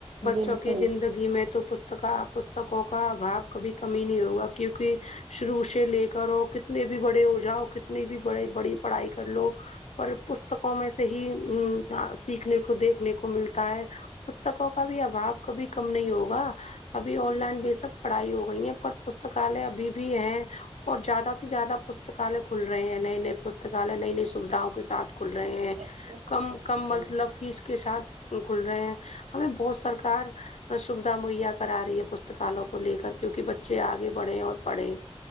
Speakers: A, on the left; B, on the right.
A: بچوں
B: بالکل
A: کی زندگی میں تو پستک پستکوں کا ابھاؤ کبھی کمی نہیں ہوگا کیوںکہ شروع سے لے کر اور کتنے بھی بڑے ہو جاؤ کتنی بھی بڑے بڑی پڑھائی کر لو پر پستکوں میں سے ہی ا سیکھنے کو دیکھنے کو ملتا ہے پستکوں کا بھی ابھاؤ کبھی کم نہیں ہوگا ابھی آن لائن بےشک پڑھائی ہو گئی ہے پر پستکالے ابھی بھی ہے اور زیادہ سے زیادہ پستکالے کھل رہے ہیں نئے نئے پستکالے نئی نئی سویدھاں کے ساتھ ک کھل رہے ہیں
B: بالکل صحیح
A: کم
B: فرما
A: کم مطلب
B: رہے ہیں
A: فیس کے ساتھ کھل رہے ہیں ہمیں بہت سرکار سویدھا مہیا کرا رہی ہے پستکالوں کو لے کر کیونکہ بچے آگے بڑھے اور پڑھے